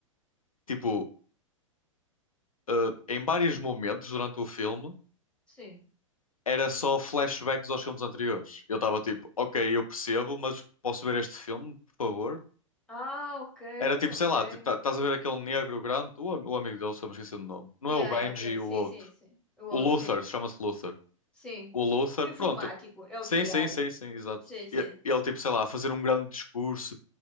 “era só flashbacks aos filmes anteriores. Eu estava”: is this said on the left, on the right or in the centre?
Left